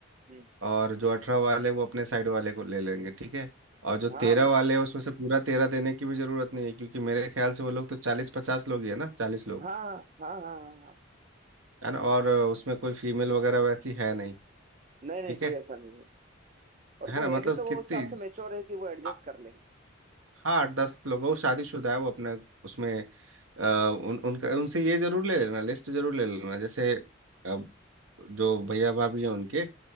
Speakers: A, on the right; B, on the right.
A: हम्म
B: और जो अठारह वाले वो अपने साइड वाले को ले लेंगे ठीक है और जो तेरह
A: हाँ वो-
B: वाले हैं उसमें से पूरा तेरह देने की भी जरूरत नहीं है क्योंकि मेरे ख्याल से वो लोग तो चालीस पचास लोग ही है ना चालीस लोग
A: हाँ हाँ हाँ हाँ हाँ हाँ।
B: है ना और अ, उसमें कोई फीमेल वगैरह वैसी है नहीं
A: नहीं नहीं
B: ठीक
A: कोई
B: है
A: ऐसा नहीं है और
B: है
A: वो
B: ना
A: है
B: मतलब
A: भी तो
B: कितनी
A: वो उस हिसाब से मेच्योर है कि वो एडजस्ट
B: आ-
A: कर लेंगे
B: हाँ आठ दस लोग हैं, वो शादीशुदा है वो अपने उसमें अ, उन उनका उनसे ये जरूर ले लेना लिस्ट जरूर ले लेना जैसे अ, जो भैया भाभी हैं उनके